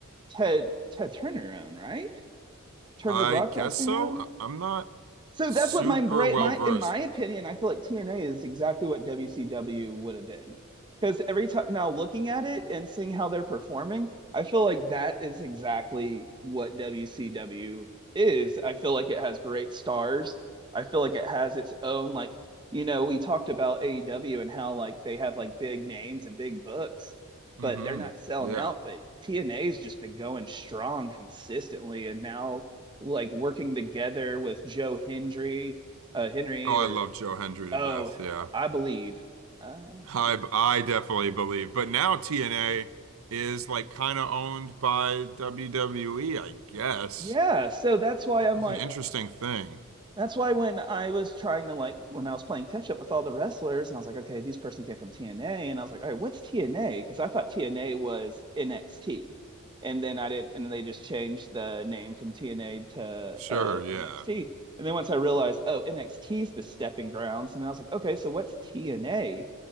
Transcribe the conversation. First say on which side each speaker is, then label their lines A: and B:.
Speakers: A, on the right (about 20°); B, on the right (about 70°).
A: Ted Ted Turner own, right? Turner
B: I
A: Broadcasting
B: guess so.
A: own.
B: I- am not
A: So
B: super
A: that's what my brain,
B: well
A: my
B: versed.
A: in my opinion, I feel like TNA is exactly what WCW would have been. Because every time now looking at it and seeing how they're performing, I feel like that is exactly what WCW is. I feel like it has great stars. I feel like it has its own like, you know, we talked about AEW and how like they have like big names and big books,
B: hmm
A: but they're not selling
B: Yeah.
A: out. But TNA's just been going strong consistently, and now like working together with Joe Hendry, uh, Henry,
B: Oh,
A: or
B: I love Joe Hendry to
A: oh,
B: death. Yeah.
A: I believe, I
B: I
A: believe,
B: I definitely believe. But now TNA is like kind of owned by WWE, I guess,
A: yeah. So that's why
B: which
A: I'm
B: is
A: like,
B: an interesting thing.
A: that's why when I was trying to like, when I was playing catch up with all the wrestlers, and I was like, okay, this person came from TNA, and I was like, all right, what's TNA? Because I thought TNA was NXT, and then I didn't, and then they just changed the name from TNA to
B: Sure,
A: uh,
B: yeah.
A: NXT. And then once I realized, oh, NXT is the stepping grounds, and then I was like, okay, so what's TNA?